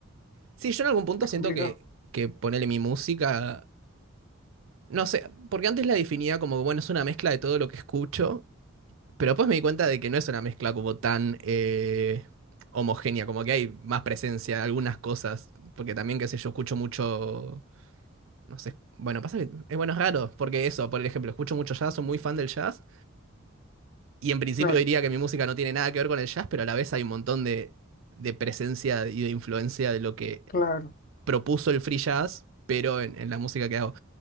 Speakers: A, on the right; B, on the left.
A: Sí, yo en algún punto
B: Es
A: siento
B: complicado.
A: que, que ponerle mi música, no sé, porque antes la definía como, que, bueno, es una mezcla de todo lo que escucho, pero después me di cuenta de que no es una mezcla como tan eh, homogénea, como que hay más presencia, algunas cosas, porque también, qué sé yo, escucho mucho, no sé, bueno, pasa que es bueno, es raro, porque eso, por ejemplo, escucho mucho jazz, soy muy fan del jazz, y en principio
B: Claro,
A: diría que mi música no tiene nada que ver con el jazz, pero a la vez hay un montón de, de presencia y de influencia de lo que
B: claro.
A: propuso el free jazz, pero en, en la música que hago.